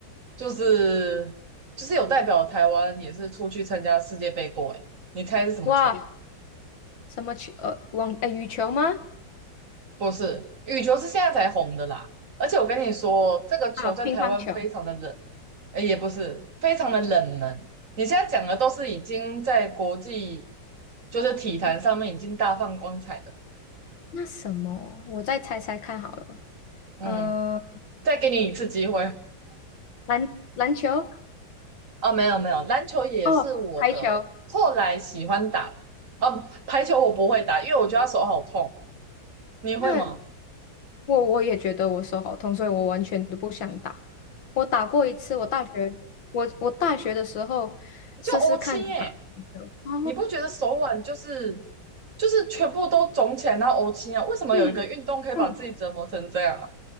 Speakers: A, on the right; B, on the left.
A: 就是就是有代表台湾也是出去参加世界杯过诶，你猜是什么球？
B: 哇，什么球？呃，网，呃，羽球吗？
A: 不是，羽球是现在才红的啦。而且我跟你说，这个球在台湾非常的冷，
B: 啊，乒乓球。
A: 哎也不是非常的冷门。你现在讲的都是已经在国际就是体坛上面已经大放光彩的。
B: 嗯，那什么？我再猜猜看好了。
A: 嗯，
B: 呃，
A: 再给你一次机会。
B: 篮篮球？
A: 哦，没有没有，篮球也是我的后来喜欢打的。
B: 哦，排球。
A: 哦，排球我不会打，因为我觉得它手好痛。你会吗？
B: 那我我也觉得我手好痛，所以我完全都不想打。我打过一次，我大学，我我大学的时候试试看打排球，
A: 就欧青耶，
B: 好
A: 你不觉得手腕就是就是全部都肿起来，然后欧青啊？为什么有一个运动可以把自己折磨成这样啊？
B: 嗯嗯，